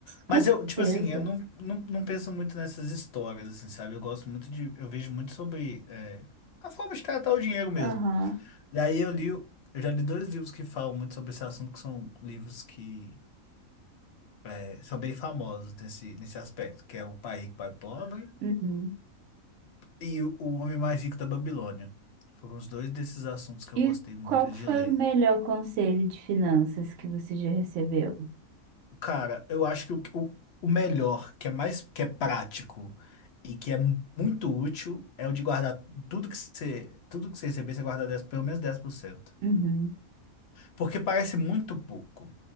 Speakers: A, on the left; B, on the right.
A: Mas
B: Com certeza.
A: eu, tipo assim, eu não, não, não penso muito nessas histórias, assim, sabe? Eu gosto muito de, eu vejo muito sobre é, a forma de tratar o dinheiro mesmo.
B: Aham.
A: E aí eu li, eu já li dois livros que falam muito sobre esse assunto, que são livros que é, são bem famosos nesse, nesse aspecto, que é O Pai Rico, Pai Pobre
B: uhum.
A: e O Homem Mais Rico da Babilônia. Foram os dois desses assuntos que
B: E
A: eu gostei muito
B: qual que
A: de
B: foi
A: ler.
B: o melhor conselho de finanças que você já recebeu?
A: Cara, eu acho que o, o, o melhor, que é mais, que é prático e que é mu- muito útil, é o de guardar tudo que você, tudo que você receber, você guarda dez pelo menos dez por cento
B: Uhum.
A: Porque parece muito pouco.